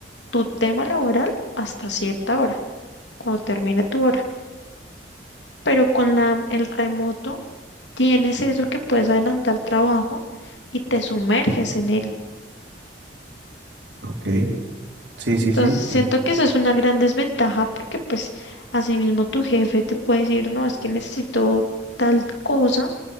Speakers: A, on the left; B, on the right.
A: tu tema laboral hasta cierta hora, cuando termine tu hora pero con la, el remoto tienes eso que puedes adelantar trabajo y te sumerges en él.
B: Ok, sí,
A: Entonces,
B: sí, sí,
A: siento
B: tiene.
A: que eso es una gran desventaja porque pues asimismo tu jefe te puede decir, no, es que necesito tal cosa